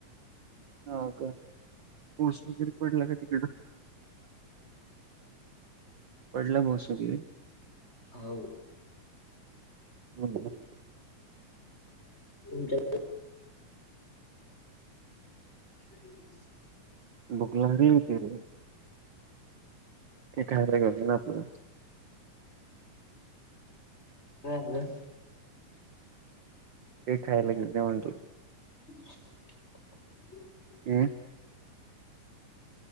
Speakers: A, on the right; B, on the left.
A: हाव का, ऊस वगैरे पडला का तिकडं? पडला पाऊस वगैरे.
B: हो
A: हम्म <unintelligible>
B: तुमच्या ह्
A: बुगलाारी ते ते खायला गेलं ना आपलं
B: हो
A: हे खायला घेवून ये म्हंटलं.
B: <inaudible> <unintelligible>
A: हम्म
B: हम्